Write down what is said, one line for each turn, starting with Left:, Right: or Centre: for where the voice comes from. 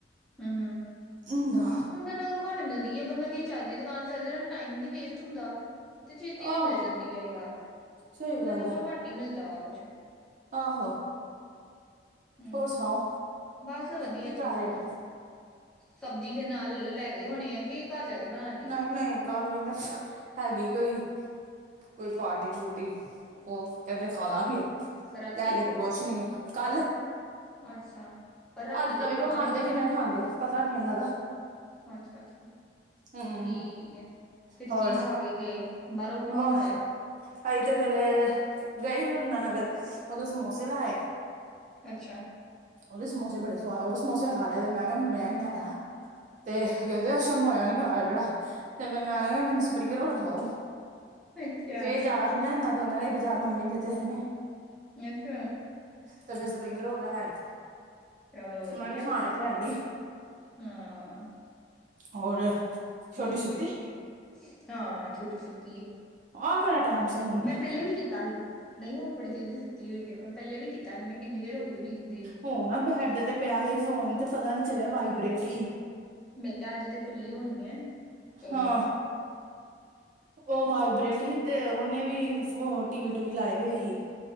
Centre: ਹੂੰ, ਹੂੰ,
Right: ਹੁੰਦਾ
Centre: ਕੁੰਦਨ ਇਧਰੋਂ ਘੱਟ ਮਿਲਦੀ ਹੈ, ਬੰਦਾ ਕਿਸੇ ਚੱਜ ਦੀ ਦੁਕਾਨ ਚਲਜੇ ਟਾਈਮ ਨਈ ਵੇਸਟ ਹੁੰਦਾ। ਤੇ ਛੇਤੀ ਵੀ
Right: ਆਹੋ
Centre: ਮਿਲ ਜਾਂਦੀ ਹੈ ਯਾਰ,
Right: ਸਹੀ
Centre: ਕੁੰਦਨ
Right: ਗੱਲ
Centre: ਇਧਰੋਂ
Right: ਹੈ
Centre: ਘੱਟ ਹੀ ਮਿਲਦਾ ਵਾ ਕੁਛ।
Right: ਆਹੋ
Centre: ਹੂੰ,
Right: ਹੋਰ ਸੁਣਾਓ
Centre: ਬਸ ਵਧੀਆ
Right: ਕੀ
Centre: ਤੁਸੀਂ
Right: ਕਰ
Centre: ਸੁਣਾਓ,
Right: ਰਹੇ ਹੋ
Centre: ਸਬਜ਼ੀ ਫਿਰ ਨਾਲ ਲੈ ਇਹ ਹੋਣੀ ਹੈ ਕਿ- ਘਰ ਜਾ ਕੇ ਬਣਾਉਣਗੇ
Right: ਨਹੀਂ-ਨਹੀਂ ਕਲ ਨੀ ਕਹਿੰਦੇ ਹੈਗੀ ਕੋਈ- ਕੋਈ ਪਾਰਟੀ ਪੁਰਟੀ ਉਹ ਕਹਿੰਦੇ ਖਾਲਾਂਗੇ।
Centre: ਰਾਤੀ
Right: ਲੈ ਕੇ ਤੇ ਕੁਛ ਨੀ ਗਏ ਕੱਲ
Centre: ਅੱਛਾ ਪਰ ਰਾਤੀ
Right: ਅੱਜ
Centre: ਤੇ
Right: ਤਾਂ ਵੇਖੋ
Centre: ਖਾਣਾ
Right: ਖਾਂਦੇ
Centre: ਹੋਣਾ ਨਾ
Right: ਕਿ ਨਹੀਂ ਖਾਂਦੇ, ਪਤਾ ਨੀ ਇਹਨਾਂ ਦਾ।
Centre: ਅੱਛਾ ਅੱਛਾ
Right: ਹਮ
Centre: ਠੀਕ ਹੈ, ਫਿਰ
Right: ਹੋਰ
Centre: ਕੀ ਖਾ ਕੇ ਗਏ। ਬਾਹਰੋਂ ਕੀ
Right: ਉਹ
Centre: ਮੰਗਾਇਆ
Right: ਆਈ ਤੇ ਪਹਿਲੇ ਗਈ ਹੁਣ ਆ। ਫਿਰ ਉਦੋਂ ਸਮੋਸੇ ਲੈ ਆਏ।
Centre: ਅੱਛਾ
Right: ਉਹਦੇ ਸਮੋਸੇ ਬੜੇ ਸੁਆਦ। ਉਹ ਸਮੋਸੇ ਖਾ ਲਏ, ਮੈਂ ਕਿਹਾ ਮੈਨੂੰ <unintelligible> ਨਹੀਂ ਅ ਖਾਣੇ। ਤੇ ਕਹਿੰਦੇ ਅੱਛਾ, ਮੈਂ ਨਹੀਂ ਖਾਣੇ ਜਿਹੜਾ। ਤੇ ਫਿਰ ਮੈਂ ਕਿਹਾ ਮੈਨੂੰ ਸਪਰਿੰਗ ਰੌਲ ਖਵਾਉ।
Centre: ਅੱਛਾ
Right: ਫਿਰ ਜਾਣਾ ਸੀ ਨਾ, ਇਨਾ ਦੋਨਾਂ ਨੇ। ਬਜਾਰ ਮੰਮੀ ਨੇ ਤੇ ਉਹਨੇ।
Centre: ਅੱਛਾ।
Right: ਤੇ ਫਿਰ ਸਪਰਿੰਗ ਰੋਲ ਲੈ ਆਏ।
Centre: ਚਲੋ ਵਧੀਆ
Right: ਮੈਂ ਕਿਹਾ
Centre: ਹੋਇਆ
Right: ਖਾਣੇ
Centre: ਇਹ ਤੇ
Right: ਹੈ ਹੀ ਏ
Centre: ਹਾਂ।
Right: ਹੋਰ ਛੋਟੀ
Centre: ਠੀਕ
Right: ਸੁੱਤੀ
Centre: ਹੈ, ਠੀਕ ਹੈ, ਹਾਂ। ਛੋਟੀ ਸੁੱਤੀ ਹੈ।
Right: ਆਹ ਕਿਹੜਾ ਟਾਈਮ ਸੌਣ ਦਾ
Centre: ਮੈਂ ਪਹਿਲੇ ਵੀ ਕੀਤਾ ਸੀ ਨਹੀਂ ਉਹ ਬੜੀ ਦੇਰ ਦੀ ਸੁੱਤੀ- ਸੁੱਤੀ ਹੋਈ ਹੈ। ਮੈਂ ਪਹਿਲੇ ਵੀ ਕੀਤਾ ਸੀ। ਮੈਂ ਕਿੰਨੀ ਦੇਰ ਹੋ ਗਈ ਉੱਠ ਗਈ ਹੋਣੀ ਆ।
Right: ਉਹ ਨਾ ਬੈਡ ਤੇ ਪਿਆ ਸੀ ਫੋਨ ਤੇ ਪਤਾ ਨੀ ਚੱਲਿਆ ਵਾਈ- -ਬਰੇਟ ਹੀ।
Centre: ਮੈਂ ਕਿਹਾ ਅੱਜ ਤੇ ਫਰੀ ਹੋਣੀ ਐ। ਤੇ
Right: ਹਾਂ ਉਹ ਵਾਈਬ੍ਰੇਟ ਸੀ ਤੇ ਉਹਓਹਨੇ ਵੀ ਟੀਵੀ ਟੂਵੀ ਲਾਏ ਹੋਏ ਸੀ